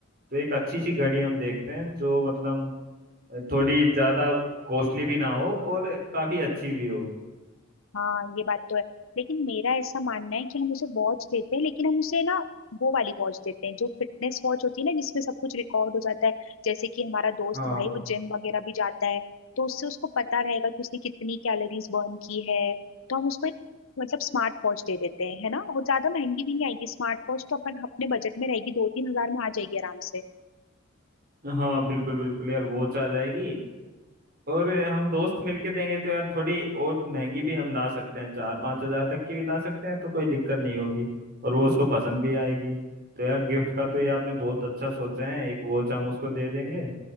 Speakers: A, on the right; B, on the left.
A: तो एक अच्छी सी घड़ी हम देखते हैं जो मतलब थोड़ी ज्यादा कॉस्टली भी ना हो और काफी अच्छी भी हो
B: हाँ ये बात तो है लेकिन मेरा ऐसा मानना है कि हम उसे वॉच देते हैं लेकिन हम उसे ना वो वाली वॉच देते हैं जो फिटनेस वॉच होती है ना जिसमें सब कुछ रिकॉर्ड हो जाता है जैसे कि हमारा दोस्त
A: हाँ
B: भाई वो जिम वगैरह भी जाता है तो उससे उसको पता रहेगा कि उसने कितनी कैलोरीज बर्न की है तो हम उसको एक मतलब स्मार्ट वॉच दे देते हैं है ना और ज्यादा महंगी भी नहीं आएगी स्मार्ट वॉच तो अपन अपने बजट में रहेगी दो तीन हजार में आ जाएगी आराम से
A: हाँ बिल्कुल बिल्कुल यार वॉच आ जाएगी और हम दोस्त मिलके देंगे तो यार थोड़ी और महंगी भी हम ला सकते हैं चार पाँच हजार तक की भी ला सकते हैं तो कोई दिक्कत नहीं होगी और वो उसको पसंद भी आएगी तो यार गिफ्ट का तो ये आपने बहुत अच्छा सोचा है एक वॉच हम उसको दे देंगे